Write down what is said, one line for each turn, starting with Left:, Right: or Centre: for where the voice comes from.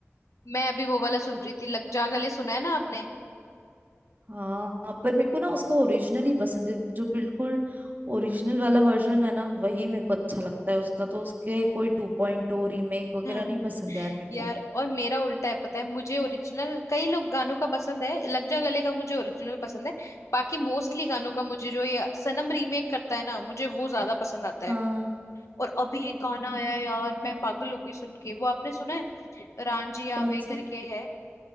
Left: मैं अभी वो वाला सुन रही थी लग जा गले सुना है ना आपने
Right: हाँ पर मेरे को ना उसका ओरिजिनल ही पसंद है जो बिल्कुल ओरिजिनल वाला वर्जन है ना वही मेरे को अच्छा लगता है उसका तो उसके कोई टू पॉइंट रीमेक वगैरह
Left: हाँ
Right: नहीं पसंद यार मेरे
Left: यार
Right: को
Left: और मेरा उल्टा है पता है मुझे ओरिजिनल कई लोग गानों का पसंद है लग जा गले का मुझे ओरिजिनल पसंद है बाकी मोस्टली गानों का मुझे जो ये सनम रीमेक करता है ना मुझे वो ज्यादा पसंद आता है
Right: हाँ
Left: और अभी ये गाना आया है यार मैं पागल हो गई सुन के वो आपने सुना है रांझी
Right: कौन
Left: आवे
Right: सा
Left: करके है